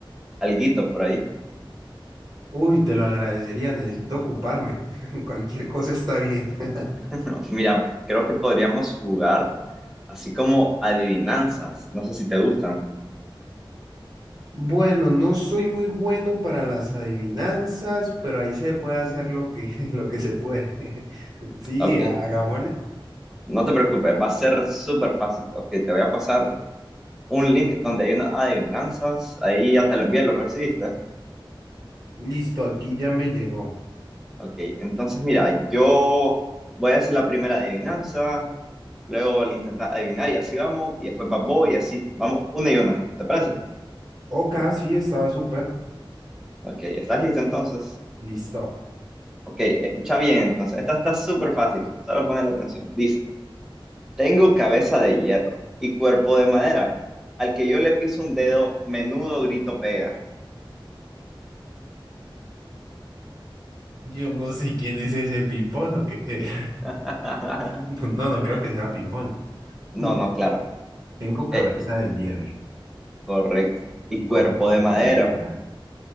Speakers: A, in the centre; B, on the right (about 45°).
A: alguito por ahí.
B: Uy, te lo agradecería, necesito ocuparme. <laughs> Cualquier cosa está bien. <laughs>
A: <laughs> Mira, creo que podríamos jugar así como adivinanzas, no sé si te gustan.
B: Bueno, no soy muy bueno para las adivinanzas, pero ahí se puede hacer lo que, <laughs> lo que se puede. <laughs> Sí,
A: Ok,
B: ha- hagámosle.
A: no te preocupes, va a ser súper fácil. Ok, te voy a pasar un link donde hay unas adivinanzas, ahí ya te lo envié, lo recibiste.
B: Listo, aquí ya me llegó.
A: Ok, entonces mira, yo voy a hacer la primera adivinanza. Luego le intentas adivinar y así vamos. Y después vas vos y así. Vamos una y una. ¿Te parece?
B: Ok, sí, estaba súper.
A: Ok, ¿estás listo entonces?
B: Listo.
A: Ok, escucha bien entonces. Esta está súper fácil. Solo poner la atención. Dice, tengo cabeza de hierro y cuerpo de madera. Al que yo le piso un dedo, menudo grito pega.
B: Yo no sé quién es ese ping-pong o qué. eh.
A: <laughs>
B: <laughs> No, no creo que sea ping-pong.
A: No,
B: Hmm,
A: no, claro.
B: Tengo cabeza
A: Eh, eh,
B: de hierro
A: correcto. Y
B: y
A: cuerpo
B: cuerpo
A: de
B: de
A: madera.
B: madera.